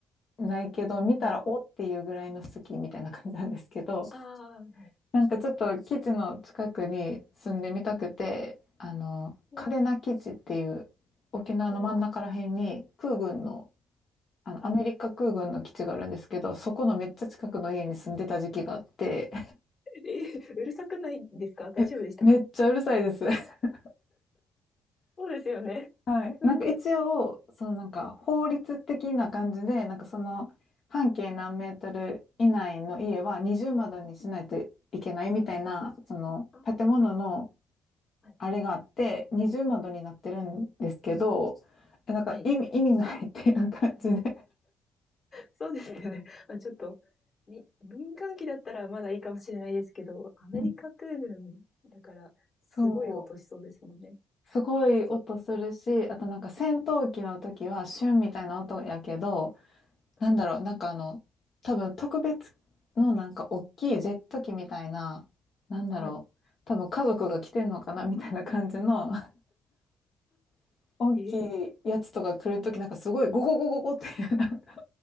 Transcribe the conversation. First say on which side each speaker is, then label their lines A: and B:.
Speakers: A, on the left; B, on the left.
A: ないけど、見たらおっていうぐらいの好きみたいな感じなんですけど、
B: うん。
A: <laughs>
B: ああ、はい。
A: なんかちょっと基地の近くに住んでみたくて、
B: はい。
A: あの、
B: えー、
A: 嘉手納基地っていう沖縄の真ん中ら辺に空軍の、
B: ああ、
A: あの、
B: はい。
A: アメリカ空軍の基地があるんですけど、そこのめっちゃ近くの家に住んでた時期があって、
B: えーうるさくないですか大丈夫でしたか
A: え、めっちゃうるさいです。<laughs>
B: そうですよね。
A: はい。
B: すごい。
A: なんか一応、そのなんか法律的な感じで、なんかその半径何メートル以内の家は二重窓にしないといけないみたいな、その建物の
B: ああはい。
A: あれがあって、二重窓になってるんですけど、えなんか意味、
B: はい
A: 意味ないっていう感じで。
B: そうですよね。まあ、ちょっと、み、民間機だったらまだいいかもしれないですけど、アメリカ空軍だから、
A: うん
B: すごい落としそうですもんね。
A: そう。すごい音するし、あとなんか戦闘機の時はシュンみたいな音やけど、
B: はい。
A: なんだろう、なんかあの、多分特別のなんか大きいジェット機みたいな、なんだろう、
B: はい。
A: 多分家族が来てんのかなみたいな感じの <laughs> 大きいやつとか来るときなんかすごいゴゴゴゴゴっていうなんか
B: あ、ええ